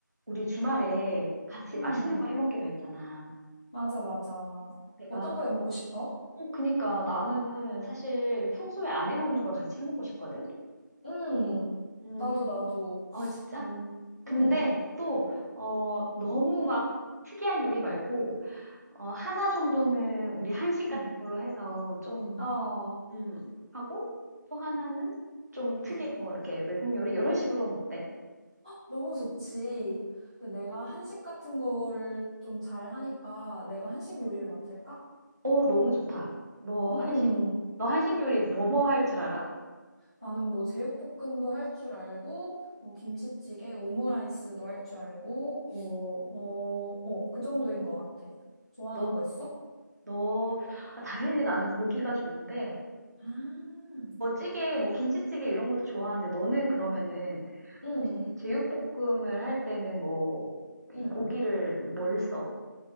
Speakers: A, on the right (about 55°); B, on the right (about 20°).
A: 우리 주말에 같이
B: 음,
A: 맛있는 거 해 먹기로 했잖아.
B: 맞아, 맞아.
A: 내가,
B: 어떤 거 해 먹고 싶어?
A: 어, 그니까 나는 사실 평소에 안 해 먹는 걸 같이 해 먹고 싶거든?
B: 음,
A: 음,
B: 나도, 나도,
A: 어, 진짜?
B: 뭐,
A: 근데
B: 음,
A: 또, 어, 너무 막 특이한 요리 말고, 어, 하나 정도는 우리 한식 같은
B: 음,
A: 걸로 해서 좀,
B: 아,
A: 음, 하고, 또 하나는 좀
B: 아,
A: 특이, 뭐, 이렇게 외국 요리? 이런 식으로는 어때?
B: 너무 좋지. 근데 내가 한식 같은 거를 좀 잘 하니까 내가 한식 요리를 맡을까?
A: 어, 너무 좋다. 너
B: 음,
A: 한식, 너 한식 요리 뭐뭐 할 줄 알아?
B: 나는 뭐 제육볶음도 할 줄 알고, 뭐 김치찌개, 오므라이스도 할 줄 알고,
A: 어,
B: 어, 어, 그 정도인 것 같아. 좋아하는
A: 너
B: 거 있어?
A: 너, 아, 당연히 나는 고기가 좋은데,
B: 아,
A: 뭐 찌개, 뭐 김치찌개 이런 것도 좋아하는데, 너는 그러면은,
B: 응,
A: 혹시 제육볶음을 할 때는 뭐, 이
B: 응.
A: 고기를 뭐, 뭘 써?